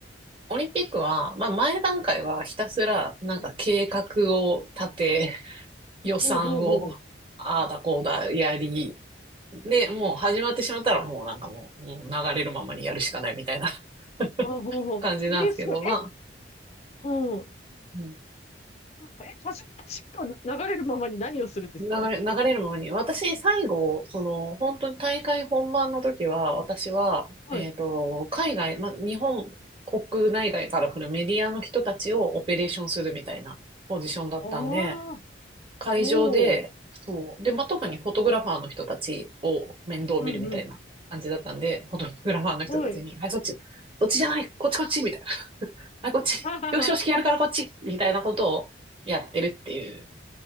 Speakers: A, on the right (about 30°); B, on the left (about 35°).
A: オリンピックは、まあ前段階はひたすらなんか計画を立て、
B: うんうん
A: 予算をああだこうだやり、
B: ほうほうほう。
A: で、もう始まってしまったらもうなんかもう、もう流れるままにやるしかないみたいな <laughs>
B: あ、ほうほう。
A: 感じなんですけど、
B: えー、すごい。え、
A: まあ、
B: うん。
A: うん
B: なんかえ、パシパッと流れるままに何をするんですか
A: 流れ、流れるものに。私、最後、その、本当に大会本番の時は、私は、
B: はい。
A: えっと、海外、ま、日本国内外から来るメディアの人たちをオペレーションするみたいなポジションだったんで、
B: ああ、
A: 会場で、
B: おお。
A: そう。で、まあ、特にフォトグラファーの人たちを面倒見るみたいな感じだったんで、
B: うんうん。
A: フォトグラファーの人たちに、
B: はい。
A: はい、そっち、そっちじゃない、こっちこっち、みたいな。はい、こっち、
B: ははは。
A: 表彰式やるからこっち、みたいなことをやってるっていう、